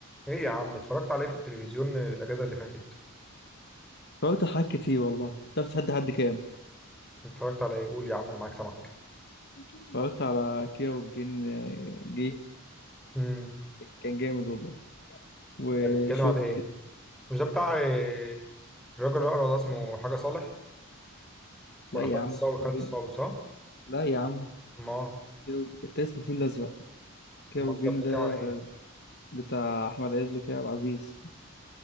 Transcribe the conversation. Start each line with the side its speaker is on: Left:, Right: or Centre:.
Centre: ايه يا عم اتفرجت على ايه في التلفزيون الاجازه اللي فاتت
Left: اتفرجت على حاجات كتير والله تعرف تحدي حد كام
Centre: اتفرجت على ايه قول يا عم انا معاك سامعك
Left: اتفرجت على كيرة والجن آه، جه
Centre: امم
Left: كان جامد والله وشفت
Centre: ده بيتكلم على ايه مش ده بتاع آه، الراجل اللي اقرا ده اسمه حاجه صالح
Left: لا
Centre: ولا
Left: يا
Centre: خالد
Left: عم
Centre: الصاوي
Left: كيرة
Centre: خالد
Left: والجن
Centre: الصاوي صح
Left: لا يا عم
Centre: ما
Left: كيرة والجن- انت اسمه الفيل الأزرق كيرة
Centre: ما
Left: والجن
Centre: ده بيتكلم
Left: ده
Centre: عن ايه
Left: بتاع أحمد عز وكريم عبد العزيز